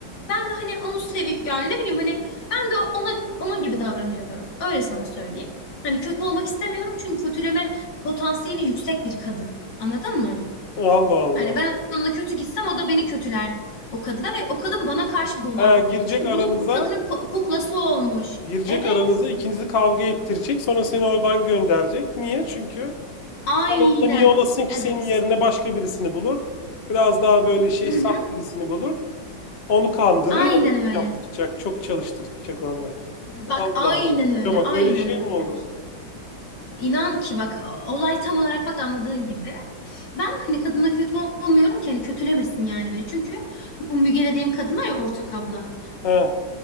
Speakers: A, on the left; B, on the left.
A: ben de hani onu sevi yani ne bileyim hani ben de ona onun gibi davranıyorum. Öyle sana söyleyeyim. Hani kötü olmak istemiyorum çünkü kötüleme potansiyeli yüksek bir kadın. Anladın mı?
B: Allah Allah.
A: Hani ben onunla kötü gitsem o da beni kötüler o kadına ve o kadın bana karşı dolar.
B: Ha, girecek
A: Çünkü
B: aranıza
A: bunun bu kadının ku- kuklası olmuş.
B: girecek
A: Evet,
B: aranıza ikinizi kavga ettirecek. Sonra seni oradan gönderecek. Niye? Çünkü
A: aynen.
B: sen orada niye olasın ki
A: Evet.
B: senin yerine başka birisini bulur. Biraz daha böyle şey
A: <clears throat> Hı
B: saf
A: hı,
B: birisini bulur. Onu kandırır,
A: Aynen
B: onu
A: öyle.
B: yaptıracak. Çok çalıştıracak onu.
A: Bak
B: Allah
A: aynen
B: Allah.
A: öyle,
B: Ya bak
A: aynen
B: öyle şey
A: öyle.
B: mi olur?
A: İnan ki bak o- olay tam olarak bak anladığın gibi. Ben hani kadına kötü olmuyorum ki hani kötülemesin yani beni. Çünkü bu Müge dediğim kadın var ya ortak abla.
B: He.